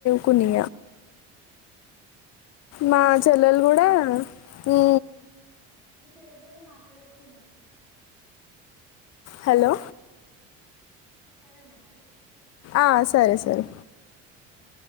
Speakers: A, on the left (about 55°); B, in the centre.
A: కొని మా
B: చూద్దాం
A: చెల్లెలు కూడా
B: తీ
A: నీ
B: మీ చెల్లె తోనే మాట్లాడపోయినవ్
A: హలో
B: సరే అన్న మరి
A: ఆ సరే సరే
B: ఇ